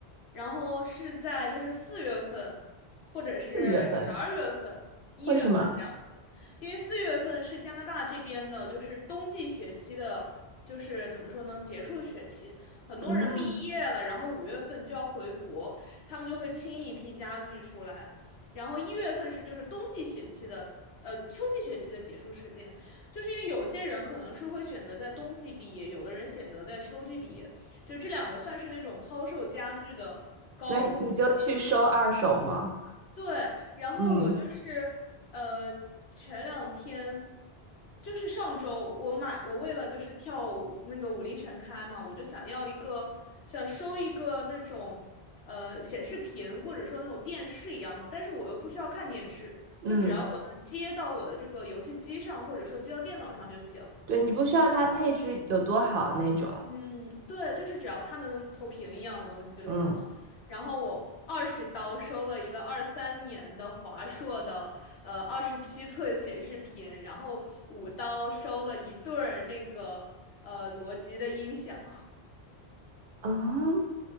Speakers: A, on the left; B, on the right.
A: 然后是在就是四月份，或者是十二月份、
B: 四月份。
A: 一月份这样子，
B: 为什么？
A: 因为四月份是加拿大这边的，就是冬季学期的，就是怎么说呢，结束学期，很多人毕业了，
B: 嗯，
A: 然后五月份就要回国。他们就会清一批家具出来。然后一月份是就是冬季学期的，呃，秋季学期的结束时间，就是因为有些人可能是会选择在冬季毕业，有的人选择在秋季毕业，就这两个算是那种抛售家具的高峰期，
B: 所以你就去收二手吗？
A: 对，然后我就是呃，
B: 嗯
A: 前两天就是上周，我买我为了就是跳舞那个舞力全开嘛，我就想要一个想收一个那种呃显示屏或者说那种电视一样的，但是我又不需要看电视，就只要我能接到我的这个游戏机上或者说接到电脑上就行。
B: 嗯，对，你不需要它配置有多好那种。
A: 嗯，对，就是只要它能投屏一样的东西就行了。
B: 嗯
A: 然后我二十刀收了一个二三年的华硕的呃二十七寸显示屏，然后五刀收了一对儿那个呃罗技的音响，<laughs>
B: 嗯，